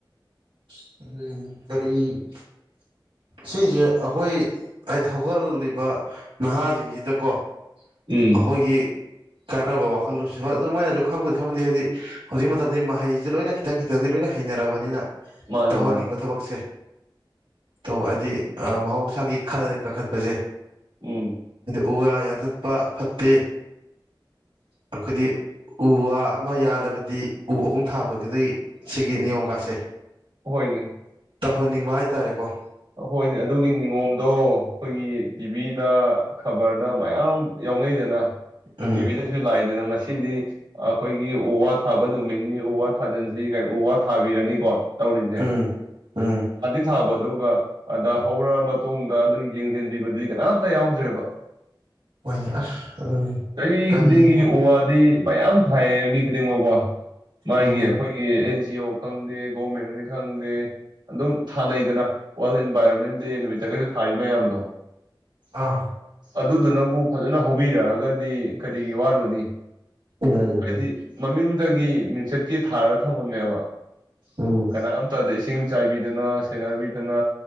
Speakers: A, on the right; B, on the right.
A: ꯎꯝ ꯀꯔꯤ ꯁꯤꯁꯦ ꯑꯩꯈꯣꯏ ꯍꯥꯏꯗꯤ ꯍꯧꯒꯠꯂꯤꯕ ꯅꯍꯥꯁꯤꯡꯁꯤꯗꯀꯣ ꯑꯩꯈꯣꯏꯒꯤ
B: ꯎꯝ
A: ꯀꯥꯟꯅꯕ ꯋꯥꯈꯜ ꯈꯜꯂꯨꯁꯤ ꯍꯣꯏ ꯑꯗꯨ ꯃꯣꯏꯅꯁꯨ ꯈꯪꯉꯨꯗꯤ ꯈꯪꯕꯨꯗꯤ ꯍꯥꯏꯗꯤ ꯍꯧꯖꯤꯛ ꯃꯇꯝꯗꯤ ꯃꯍꯩꯁꯦ ꯂꯣꯏꯅ ꯈꯤꯇꯪ ꯈꯤꯇꯪꯗꯤ ꯂꯣꯏꯅ ꯍꯩꯅꯔꯕꯅꯤꯅ
B: ꯃꯥꯅꯦ
A: ꯇꯧꯍꯟꯅꯤꯡꯕ
B: ꯃꯥꯅꯦ
A: ꯊꯕꯛꯁꯦ ꯇꯧ ꯍꯥꯏꯗꯤ ꯃꯍꯧꯁꯥꯒꯤ ꯈꯜꯂꯦ ꯀꯥꯈꯠꯄꯁꯦ
B: ꯎꯝ
A: ꯑꯣ ꯌꯥꯊ ꯐ ꯐꯠꯇꯦ ꯑꯩꯈꯣꯏꯗꯤ ꯎ ꯋꯥ ꯑꯃ ꯌꯥꯜꯂꯕꯗꯤ ꯎ ꯑꯍꯨꯝ ꯊꯥꯕꯒꯤꯗ ꯁꯤꯒꯤ ꯅꯤꯌꯣꯝꯒꯥꯥꯁꯦ
B: ꯍꯣꯏꯅꯦ
A: ꯇꯧꯍꯟꯅꯤꯡꯕ ꯍꯥꯏꯇꯥꯔꯦꯀꯣ
B: ꯍꯣꯏꯅꯦ ꯑꯗꯨꯒꯤ ꯅꯤꯉꯣꯝꯗꯣ ꯑꯩꯈꯣꯏꯒꯤ ꯇꯤꯚꯤꯗ ꯈꯕꯔꯗ ꯃꯌꯥꯝ ꯌꯥꯎꯅꯩꯗꯅ
A: ꯎꯝ
B: ꯇꯤꯕꯤꯗꯁꯨ ꯂꯥꯛꯏꯗꯅ ꯉ ꯁꯤꯗꯤ ꯑꯩꯈꯣꯏꯒꯤ ꯎ ꯋꯥ ꯊꯥꯕ ꯅꯨꯃꯤꯠꯅꯤ ꯎ ꯋꯥ ꯊꯥꯖꯤꯟꯁꯤ ꯀꯣ ꯎ - ꯋꯥ ꯊꯥꯕꯤꯔꯅꯤꯀꯣ ꯇꯧꯔꯤꯁꯦ
A: ꯎꯝ ꯎꯝ꯫
B: ꯊꯥꯕꯗꯨꯒ ꯑꯗ ꯍꯧꯔꯛ ꯃꯇꯨꯡꯗ ꯑꯗꯨ ꯌꯦꯡꯁꯤꯟꯕꯤꯕꯗꯨꯗꯤ ꯀꯅꯥꯝꯇ ꯌꯥꯎꯗ꯭ꯔꯦꯕ꯫
A: ꯍꯣꯏꯅꯤ ꯑꯁ ꯑꯗꯨ
B: ꯆꯍꯤ
A: ꯀꯔꯤꯕꯨ
B: ꯈꯨꯗꯤꯡꯒꯤ ꯎ ꯋꯥꯗꯤ ꯃꯌꯥꯝ ꯊꯥꯏꯌꯦ ꯃꯤ ꯈꯨꯗꯤꯡꯃꯛꯀꯣ ꯃꯥꯒꯤ
A: ꯎꯝ
B: ꯑꯩꯈꯣꯏꯒꯤ ꯖꯤ ꯈꯪꯗꯦ ꯒꯣꯔꯃꯦꯟꯠꯅꯤ ꯈꯪꯗꯦ ꯑꯗꯨꯝ ꯊꯥꯅꯩꯗꯅ ꯋꯥꯔꯜ ꯏꯟꯚꯔꯃꯦꯟ ꯗꯦ ꯅꯨꯃꯤꯠ <unintelligible> ꯊꯥꯔꯤ ꯃꯌꯥꯝꯗꯣ
A: ꯑꯥ꯫
B: ꯑꯗꯨꯗꯨꯅꯕꯨ ꯐꯖꯅ ꯍꯧꯕꯤꯔꯛꯑꯒꯗꯤ ꯀꯔꯤꯒꯤ ꯋꯥꯔꯨꯅꯤ ꯫
A: ꯃꯥꯅꯤ ꯃꯥꯅꯤ
B: ꯍꯥꯏꯗꯤ ꯃꯃꯤꯡꯗꯒꯤ ꯃꯤꯡꯆꯠꯀꯤ ꯊꯥꯔꯒ ꯊꯝꯃꯝꯃꯦꯕ ꯫
A: ꯎꯝ
B: ꯀꯅꯥꯝ ꯇꯗꯁ ꯏꯁꯤꯡ ꯆꯥꯏꯕꯤꯗꯅ ꯁꯦꯟꯅꯕꯤꯗꯅ